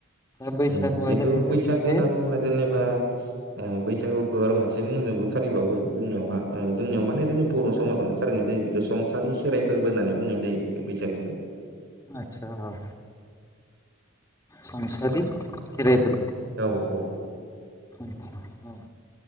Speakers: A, on the left; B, on the right.
A: दा बैसागुआ
B: उम बेखौ
A: जाहैबाय
B: बैसागो
A: मोनसे
B: होनना बुंङोबा जेनेबा ओ बैसागुखौ आरो मोनसे मुंजोंबो खारिबावो जोंनियावहा जोंनियाव माने जोंनि बर' समाजावनो खारिनाय जायो संसारि खेराइ फोरबो होननानै बुंनाय जायो बे बैसागोखौ
A: आतसा औ संसारि खेराइ फोरबो
B: औ औ
A: आसा औ